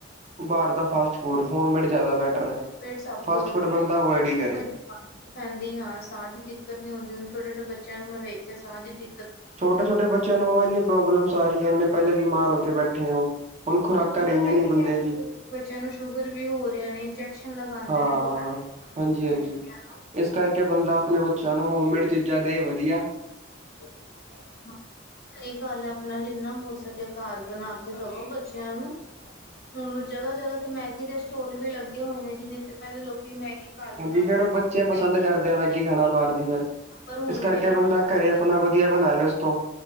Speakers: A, on the right; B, on the left.
A: ਬਾਹਰ ਦਾ ਫਾਸਟ ਫੂਡ ਹੋਮਮੇਡ ਜਿਆਦਾ ਬੈਟਰ
B: ਤੇ ਹੋਮ
A: ਐ।
B: ਮੇਡ ਸਭ
A: ਫਾਸਟ
B: ਤੋਂ ਵਧੀਆ
A: ਫੂਡ ਬੰਦਾ ਅਵੋਇਡ ਹੀ ਕਰੇ।
B: ਕੋਈ ਬਿਮਾਰੀ ਪੈਂਦੀ ਹਾਂ ਸਾਹ ਦੀ ਦਿੱਕਤ ਨੀ ਹੁੰਦੀ ਹੁਨ ਛੋਟੇ-ਛੋਟੇ ਬੱਚਿਆਂ ਨੂੰ ਮੈਂ ਵੇਖਿਆ ਸਾਹ ਦੀ ਦਿਕ
A: ਛੋਟੇ-ਛੋਟੇ ਬੱਚਿਆਂ ਨੂੰ ਉਹ ਇੰਨੀ ਪ੍ਰੋਬਲਮਸ ਆ ਰਹੀਆਂ ਨੇ। ਪਹਿਲੇ ਬਿਮਾਰ ਹੋ ਕੇ ਬੈਠੇ ਆ, ਉਹ ਹੁਣ ਖੁਰਾਕਾਂ
B: ਹਾਂ
A: ਰਹੀਆਂ
B: ਮੈਂ ਵੇਖਿਆ
A: ਨੀ ਬੰਦੇ
B: ਨਿੱਕੇ-ਨਿੱਕੇ
A: ਦੀ।
B: ਬੱਚਿਆਂ ਨੂੰ ਸ਼ੂਗਰ ਵੀ ਹੋ ਰਹੀਆਂ ਨੇ ਇੰਜੈਕਸ਼ਨ ਲਗਾਂਦੇ
A: ਹਾਂ-ਹਾਂ,
B: ਨੇ ਬਚਾਰੇ
A: ਹਾਂਜੀ-ਹਾਂਜੀ
B: ਨਿੱਕੇ-ਨਿੱਕਿਆਂ ਨੂੰ
A: ਇਸ ਕਰਕੇ ਬੰਦਾ- ਆਪਣੇ ਬੱਚਿਆਂ ਨੂੰ ਹੋਮਮੇਡ ਚੀਜ਼ਾਂ ਦੇ ਵਧੀਆ।
B: <unintelligible> ਕਈ ਗੱਲ ਆਪਣਾ ਜਿੰਨਾ ਹੋ ਸਕੇ ਘਰ ਬਣਾ ਕੇ ਦਵੋ ਬੱਚਿਆਂ ਨੂੰ।
A: ਹਾਂ
B: ਹੁਣ ਜਗ੍ਹਾ-ਜਗ੍ਹਾ ਤੇ ਮੈਗੀ ਦੇ ਸਟੋਲ ਵੀ ਲੱਗੇ ਹੋਏ ਨੇ ਜਿਨੇ ਤੇ ਪਹਿਲਾਂ ਲੋਕੀ ਮੈਗੀ ਘਰ
A: ਹਾਂਜੀ
B: ਬਣਾਉਂਦੇ
A: ਫੇਰ
B: <unintelligible>
A: ਉਹ ਬੱਚੇ ਪਸੰਦ ਕਰਦੇ ਆ ਮੈਗੀ ਖਾਣਾ ਬਾਹਰ ਦੀ ਫਿਰ।
B: ਪਰ ਹੁਣ
A: ਇਸ ਕਰਕੇ
B: ਫੇਰ
A: ਬੰਦਾ
B: ਆਣ ਲੱਗ
A: ਘਰੇ ਆਪਣਾ
B: ਗਈ,
A: ਵਧੀਆ ਬਣਾ ਲਏ ਉਸ ਤੋਂ